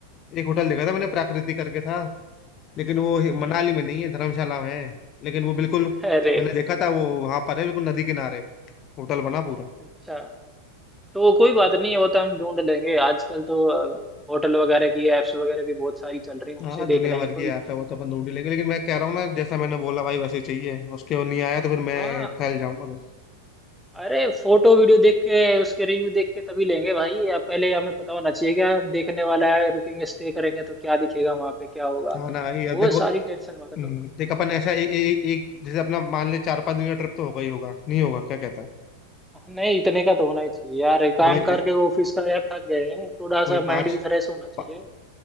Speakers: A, on the left; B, in the centre.
A: एक होटल देखा था मैंने प्राकृति करके था लेकिन वो हि-
B: हम्म,
A: मनाली में नहीं है धर्मशाला में है लेकिन वो बिल्कुल
B: अरे
A: मैंने देखा था वो वहां पर है बिल्कुल नदी किनारे होटल बना पूरा
B: अच्छा तो कोई बात नहीं वो तो हम ढूंढ लेंगे आजकल तो अ, होटल वगैरह की एप्स वगैरह भी बहुत सारी चल रही हैं
A: हाँ
B: उनसे देख
A: दुनिया
B: लेंगे
A: भर
B: कोई
A: की ऐप है वो तो अपन ढूंढ ही लेंगे लेकिन मैं कह रहा हूँ ना जैसा मैंने बोला भाई वैसे ही चाहिए उसके वो नहीं आया तो फिर मैं
B: हाँ
A: फैल जाऊंगा मैं
B: अरे फोटो वीडियो देख के उसके रिव्यू देख के तभी लेंगे भाई अब पहले हमें पता होना चाहिए क्या देखने वाला है रुकेंगे स्टे करेंगे तो क्या दिखेगा वहां पे क्या होगा
A: हाँ ना भाई अब
B: वो
A: देखो
B: सारी टेंशन मतलब
A: हम्म, देख अपन ऐसा ए, ए, एक जैसे अपना मान ले चार पांच दिन का ट्रिप तो होगा ही होगा नहीं होगा क्या कहता है
B: नहीं इतने का तो होना ही चाहिए यार काम
A: मतलब
B: करके ऑफिस का यार थक गए हैं थोड़ा
A: वही
B: सा
A: पांच
B: माइंड भी फ्रेश होना चाहिए
A: पा-